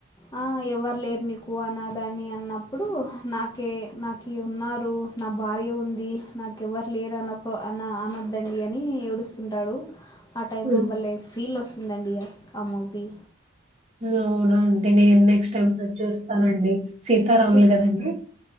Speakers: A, on the left (about 20°); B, on the right (about 30°).
A: అ ఎవరు లేరు నీకు అన్నదాన్ని అన్నప్పుడు నాకే నాకు ఉన్నారు నా భార్య ఉంది నాకెవరు లేరు అనుకో అ అనద్దండి అని ఏడుస్ స్తుంటాడు ఆ టైం
B: హ్మ్.
A: లో బలే ఫీల్ వస్ దండి ఆ మూవీ
B: నోరం అంటే నేను నెక్స్ట్ టైమ్ చూస్తానండి సీతారాములు
A: సూప్
B: కదండి